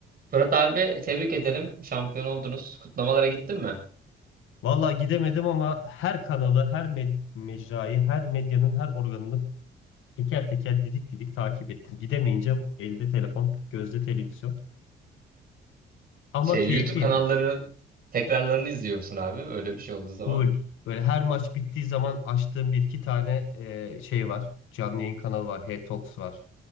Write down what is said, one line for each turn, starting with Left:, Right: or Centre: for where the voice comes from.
Right: Fırat abi tebrik ederim. Şampiyon oldunuz. Kutlamalara gittin
Left: Evet.
Right: mi?
Left: Vallahi gidemedim ama her kanalı, her med- mecrayı, her medyanın her organını teker teker didik didik takip ettim. Gidemeyince elde telefon, gözde televizyon. Ama
Right: Şey
Left: keyifliydi.
Right: YouTube kanallarının tekrarlarını izliyor musun abi? Öyle bir şey olduğu zaman.
Left: Full. Böyle her maç bittiği zaman açtığım bir iki tane e, şey var. Canlı yayın kanalı var. H-Talks var.